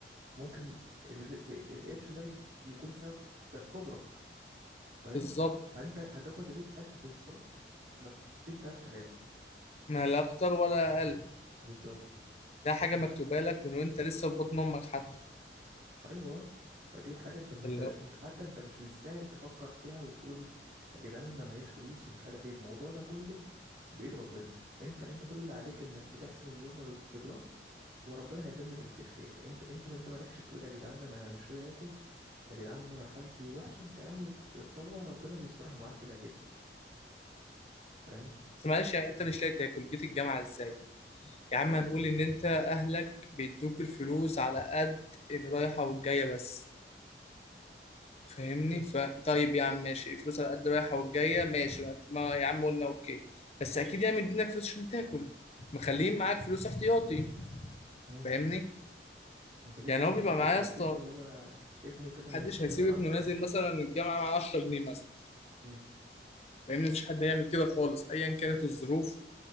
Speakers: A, on the right; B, on the left.
A: ممكن الر- ال- القرش ده ي- يكون سبب ده في فجرك فاهم
B: بالظبط
A: فانت هتاخد رزقك بالظبط ما ف- دي ما فيهاش كلام
B: ما لا اكتر ولا اقل
A: بالظبط
B: ده حاجه مكتوبه لك من وانت لسه في بطن امك حتى
A: ايوه فدي حاجه انت انت
B: اللي
A: انت
B: هو
A: حتى انت مش مستاهل تفكر فيها وتقول يا جدعان انا معيش فلوس ومش عارف ايه الموضوع ده كله بايد ربنا انت انت كل اللي عليك انك بتحسن الظن ب- بالله وربنا هيقدم لك اللي فيه الخير انت انت انت مالكش تقول يا جدعان انا مش لاقي اكل يا جدعان انا حالتي وحشه انت يا عم ب- هو ربنا بيسترها معاك كده كده فاهم
B: بس معلش يعني انت مش لاقي تاكل جيت الجامعه ازاي يا عم
A: اه
B: هنقول ان انت اهلك بيدوك الفلوس على قد الرايحه والجايه بس فاهمني
A: مم.
B: ف طيب يا عم ماشي الفلوس على قد رايحه والجايه ماشي ما ما يا عم قلنا اوكي بس اكيد يعني مدينك فلوس عشان تاكل مخلين معاك فلوس احتياطي
A: مم.
B: فاهمني
A: بس اكيد
B: يعني
A: برضه
B: هو بيبقى
A: محدش
B: معايا يا
A: هيسيب
B: اسطى
A: اللي هو ابنه كده
B: محدش
A: هيروح الجامعه
B: هيسيب ابنه
A: فاهم
B: نازل
A: ومش
B: مثلا الجامعه مع 10 جنيه مثلا
A: مم.
B: فاهمني مفيش حد يعمل كده خالص ايا كانت الظروف